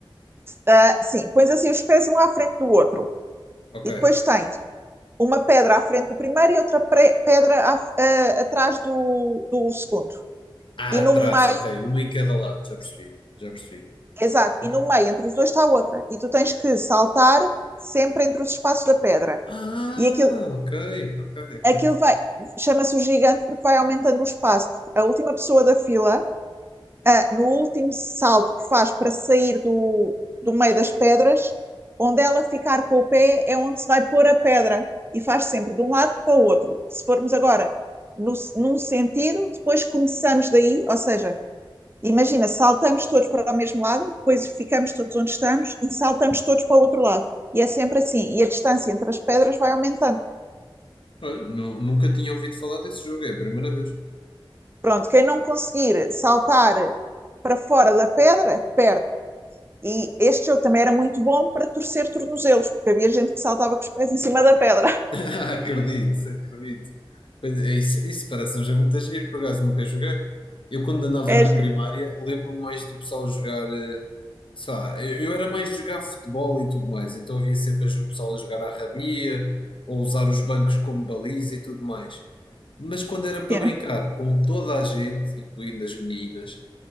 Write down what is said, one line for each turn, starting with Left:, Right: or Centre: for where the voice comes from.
Right: uh, sim, pões assim os pés um à frente do outro
Left: Ok.
Right: e depois tens uma pedra à frente do primeiro e outra pedra à, uh, atrás do, do segundo.
Left: Ah,
Right: e no
Left: atrás,
Right: meio,
Left: ok. Uma em cada lado, já percebi, já percebi.
Right: exato, e
Left: Sim.
Right: no meio entre os dois está outra. E tu tens que saltar sempre entre os espaços da pedra.
Left: Ah,
Right: E aquilo,
Left: ok, ok, ok.
Right: aquilo vai, chama-se o gigante porque vai aumentando o espaço, porque a última pessoa da fila, ah, no último salto que faz para sair do, do meio das pedras, onde ela ficar com o pé é onde se vai pôr a pedra e faz sempre de um lado para o outro. Se formos agora no, num sentido, depois começamos daí, ou seja, Imagina, saltamos todos para o mesmo lado, depois ficamos todos onde estamos e saltamos todos para o outro lado. E é sempre assim. E a distância entre as pedras vai aumentando.
Left: Olha, nu- nunca tinha ouvido falar desse jogo, é a primeira vez.
Right: Pronto, quem não conseguir saltar para fora da pedra, perde. E este jogo também era muito bom para torcer tornozelos, porque havia gente que saltava com os pés em cima da pedra. <laughs>
Left: <laughs> Acredito, acredito. Mas é isso, isso parece um jogo muito giro, por acaso nunca joguei. Eu quando andava
Right: É
Left: na
Right: giro.
Left: primária, lembro-me mais do pessoal jogar, eh, sei lá, eu, eu era mais de jogar futebol e tudo mais, então havia sempre a jo- o pessoal a jogar à rabia, ou usar os bancos como baliza e tudo mais. Mas quando era para
Right: Yeah.
Left: brincar com toda a gente, incluindo as meninas,